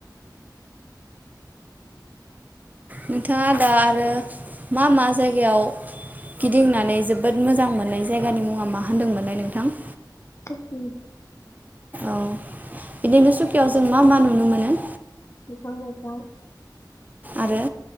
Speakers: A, on the right; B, on the left.
A: नोंथाङा दा आरो मा मा जायगायाव गिदिंनानै जोबोद मोजां मोननाय जायगानि मुङा मा होनदोंमोनलाय नोंथां?
B: सुकि।
A: औ बिदिनो सुकियाव जों मा मा नुनो मोनो?
B: बिफां लाइफां।
A: आरो?